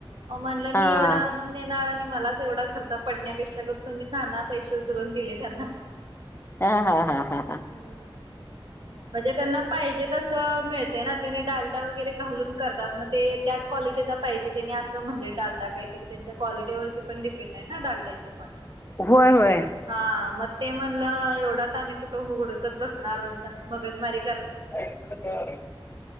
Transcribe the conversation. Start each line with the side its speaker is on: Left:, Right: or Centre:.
Right: म म्हणलं, मी
Left: हा
Right: एवढं आणून देणार आणि मलाच एवढा खर्च पडण्यापेक्षा गप तुम्हीच आणा पैसे उचलून दिले त्यांनाच.
Left: हां हां हां हां हां.
Right: हम्म म्हणजे त्यांना पाहिजे तसं मिळ तय ना त्यांनी डालडा वगैरे घालून करतात म ते त्याच क्वालिटीचा पाहिजे त्यांनी असं म्हणले डाल डा काहीतरी त्यांच्या क्वालिटीवरती पण डिपेंड आहे ना डालड्याच्या पण,
Left: होय होय
Right: हां म ते म्हणलं एवढं आता आम्ही कुठं हुड <unintelligible> कत बसणार आता मगजमारी
Left: <unintelligible>